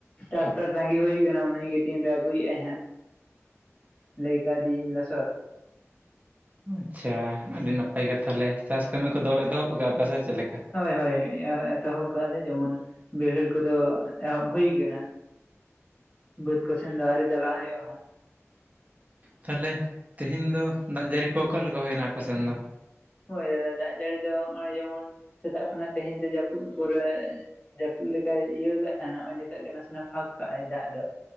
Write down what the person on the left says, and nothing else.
ᱴᱟᱠᱴᱟᱨ ᱛᱟᱺᱜᱤ ᱦᱩᱭ ᱠᱟᱱᱟ ᱩᱱᱤᱹ ᱜᱮ ᱛᱤᱱᱨᱮ ᱟᱹᱜᱩᱭ ᱮᱫᱟᱭ ᱦᱟᱸᱜ
ᱞᱟᱹᱭ ᱠᱟᱣᱫᱮᱭᱤᱧ ᱞᱚᱥᱚᱫ ᱾
ᱦᱳᱭ ᱦᱳᱭ ᱮᱛᱚᱦᱚᱵ ᱟᱠᱟᱫ ᱞᱮ ᱡᱮᱢᱚᱱ ᱵᱟᱹᱭᱦᱟᱹᱲ ᱠᱚᱫᱚ ᱮᱦᱚᱵ ᱦᱩᱭ ᱠᱟᱱᱟ ᱾ ᱵᱥᱹᱫᱽ ᱠᱚ ᱥᱮᱱ ᱫᱚ ᱟᱹᱣᱨᱤ ᱪᱟᱞᱟᱜ ᱦᱩᱭᱩᱜᱼᱟ ᱦᱟᱸᱜ ᱾
ᱦᱳᱭ ᱫᱟᱫᱟ ᱫᱟᱜ ᱡᱟᱹᱲᱤ ᱫᱚ ᱡᱮᱢᱚᱱ ᱥᱮᱛᱟᱜ ᱠᱷᱚᱱᱟᱜ ᱛᱮᱦᱮᱧ ᱫᱚ ᱡᱟᱹᱯᱩᱫ ᱯᱩᱨᱟᱹ ᱡᱟᱹᱯᱩᱫ ᱞᱮᱠᱟᱭ ᱤᱭᱟᱹ ᱟᱫᱟᱜ ᱛᱟᱦᱮᱸᱱᱟ ᱱᱚᱜᱼᱚᱭ ᱱᱤᱛᱚᱜ ᱜᱮ ᱱᱟᱥᱮᱱᱟᱜ ᱯᱷᱟᱸᱠ ᱠᱟᱜᱼ ᱟᱭ ᱫᱟᱜ ᱫᱚ ᱾